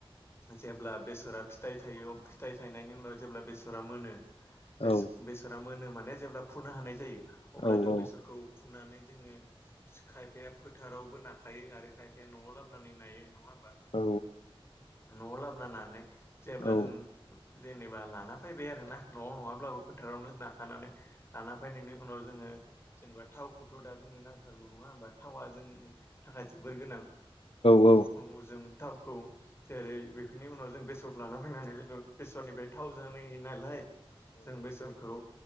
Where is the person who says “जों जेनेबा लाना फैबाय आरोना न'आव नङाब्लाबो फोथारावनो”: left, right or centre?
Left